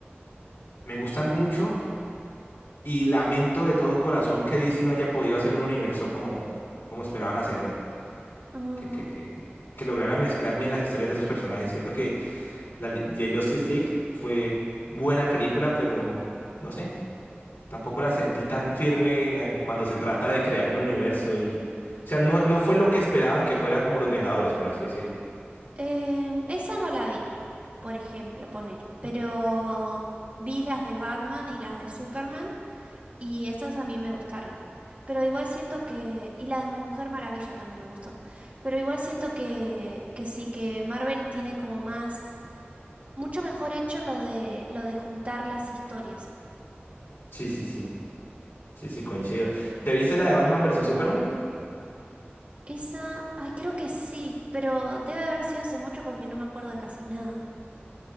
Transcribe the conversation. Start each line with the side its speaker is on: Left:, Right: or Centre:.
Left: Me gustan mucho y lamento de todo corazón que DC no haya podido hacer un universo como, como esperaban hacerlo.
Right: Mm,
Left: Que, que, que, que lograra mezclar bien las historias de sus personajes. Siento que la li- de Justice League fue buena película, pero no sé, tampoco la sentí tan firme eh, cuando se trata de crear un universo y... O sea, no, no fue lo que esperaban que fuera como Los Vengadores, por así decirlo.
Right: em, esa no la vi, por ejemplo, ponele, pero vi las de Batman y las de Superman y estas a mí me gustaron. Pero igual siento que, y la de Mujer Maravilla también me gustó, pero igual siento que, que sí, que Marvel tiene como más, mucho mejor hecho lo de, lo de juntar las historias.
Left: Sí, sí, sí. Sí, sí, coincido. ¿Te viste la de Batman versus Superman?
Right: Esa, ay, creo que sí, pero debe haber sido hace mucho porque no me acuerdo de casi nada.